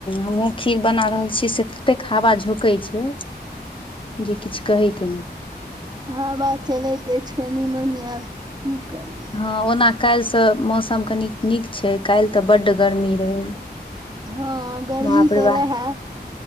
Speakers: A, on the left; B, on the right.
A: हमहुँ खीर बना रहल छी से ततेक हवा झो कै छै जे किछ कहे के नहि
B: ह बात चलैत अछि कनि मनि आब की करबै
A: हँ ओना काल्हिसँ मौसम कनी नीक छै काल्हि तऽ बड्ड गर्मी रहै।
B: हँ गर्मी
A: बापरे
B: तऽ
A: बा।
B: रहै